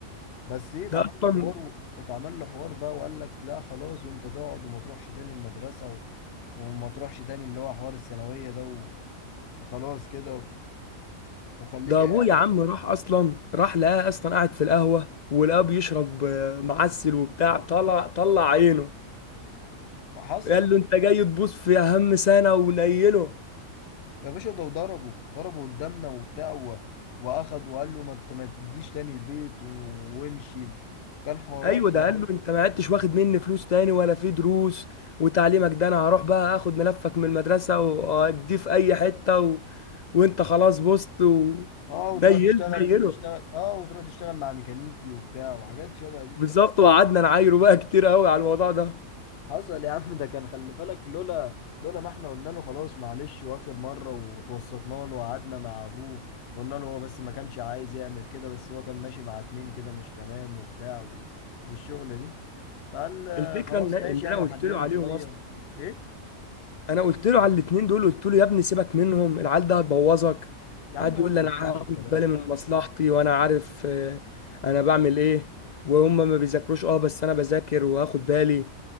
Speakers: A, on the left (about 55°); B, on the left (about 80°).
A: بس ايه اتعمل
B: ده اصلا
A: له حوار و- اتعمل له حوار بقى وقال لك لا خلاص وانت تقعد وما تروحش تاني المدرسة و... وما تروحش تاني اللي هو حوار الثانوية ده و... وخلاص كده وخليك
B: ده
A: قاعد
B: ابوه يا عم راح اصلا راح لقاه اصلا قاعد في القهوه ولقاه بيشرب آه، معسل وبتاع طلع طلع عينه
A: حصل
B: قال له انت جاي تبوظ في اهم سنه ونيله
A: يا باشا ده ضربه ضربه قدامنا وبتاع و... واخد وقال له ما انت ما تجيش تاني البيت و... وامشي و... كان حوارات
B: ايوه
A: خلي
B: ده قال
A: بالك
B: له انت ما عدتش واخد مني فلوس تاني ولا في دروس وتعليمك ده انا هروح بقى اخد ملفك من المدرسه واديه في اي حته و... وانت خلاص بوظت و...
A: اه وتروح
B: نيل
A: تشتغل
B: نيله
A: تشتغل اه وتروح تشتغل مع ميكانيكي وبتاع وحاجات شبه دي
B: بالظبط وقعدنا نعايره بقى كتير قوي على الموضوع ده
A: حصل يا عم ده كان خلي بالك لولا لولا ما احنا قلنا له خلاص معلش واخر مرة وتوسطنا له وقعدنا مع ابوه قلنا له هو بس ما كانش عايز يعمل كده بس هو كان ماشي مع اتنين كده مش تمام وبتاع و... والشغلة دي فقال آه،
B: الفكره
A: خلاص
B: ان ان
A: ماشي يعني
B: انا قلت
A: وحنله
B: له عليهم
A: شوية
B: اصلا
A: ايه
B: انا قلت له على الاتنين دول قلت له يا ابني سيبك منهم العيال ده هتبوظك
A: يا عم
B: قعد
A: هو
B: يقول
A: ما
B: لي
A: بيسمعش
B: انا هاخد
A: الكلام
B: بالي من مصلحتي وانا عارف آه، انا بعمل ايه وهم ما بيذاكروش اه بس انا بذاكر وهاخد بالي